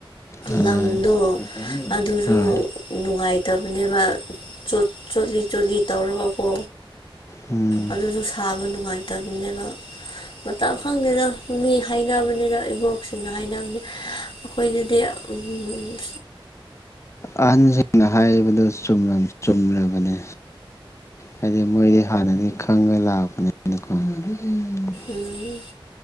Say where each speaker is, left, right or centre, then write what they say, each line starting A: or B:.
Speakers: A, on the left; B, on the left.
A: ꯍꯣꯏ
B: ꯂꯪꯗꯣ ꯑꯗꯨꯁꯨ
A: ꯍꯣꯏ
B: ꯅꯨꯡꯉꯥꯏꯇꯕꯅꯦꯕ ꯆꯣꯠ ꯆꯣꯠꯂꯤ ꯆꯣꯠꯂꯤ ꯇꯧꯔꯒꯀꯣ
A: ꯎꯝ
B: ꯑꯗꯨꯁꯨ ꯁꯥꯕ ꯅꯨꯡꯉꯥꯏꯇꯕꯅꯦꯕ ꯃꯇꯝ ꯈꯪꯗꯦꯗ ꯃꯤ ꯍꯥꯏꯅꯕꯅꯤꯅ ꯏꯕꯣꯛꯁꯤꯡꯅ ꯍꯥꯏꯅꯕꯅꯤ ꯑꯈꯣꯏꯅꯗꯤ ꯎꯝ
A: ꯑꯍꯟꯖꯤꯡꯅ ꯍꯥꯏꯕꯗꯨ ꯆꯨꯝꯔꯝ ꯆꯨꯝꯔꯕꯅꯤ ꯍꯥꯏꯗꯤ ꯃꯣꯏꯗꯤ ꯍꯥꯟꯅꯗꯤ ꯈꯪꯉ ꯂꯥꯛꯄꯅꯦꯅ ꯀꯣ <unintelligible>
B: ꯎꯝ